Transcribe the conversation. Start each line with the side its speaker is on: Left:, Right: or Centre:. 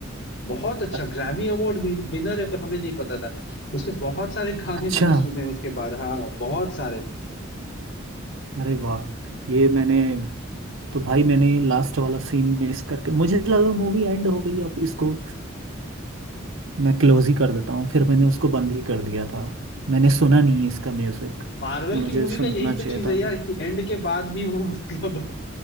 Left: बहुत अच्छा
Right: अ-
Left: ग्रैमी अवार्ड विनर है पर हमें नहीं पता था उसके बहुत सारे <laughs> गाने
Right: अच्छा
Left: मैंने सुने उसके बाद हाँ बहुत सारे
Right: अरे वाह ये मैंने तो भाई मैंने लास्ट वाला सीन मिस करके मुझे लगा मूवी एंड हो गई अब इसको मैं क्लोज ही कर देता हूँ फिर मैंने उसको बंद ही कर दिया था मैंने सुना नहीं इसका म्यूजिक
Left: मार्वल
Right: मुझे
Left: की मूवी
Right: सुनना
Left: का यही
Right: चाहिए
Left: तो चीज
Right: था
Left: है यार कि एंड के बाद भी वो <laughs> मतलब